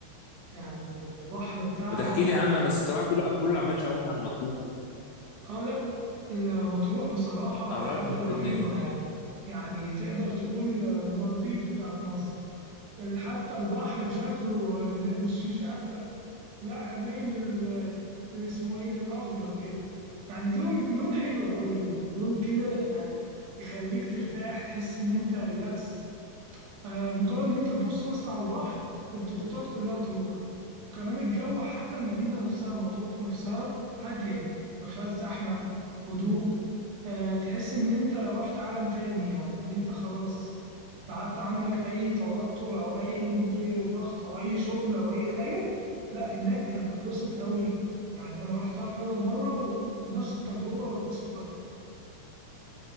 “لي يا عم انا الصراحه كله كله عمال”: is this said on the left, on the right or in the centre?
Left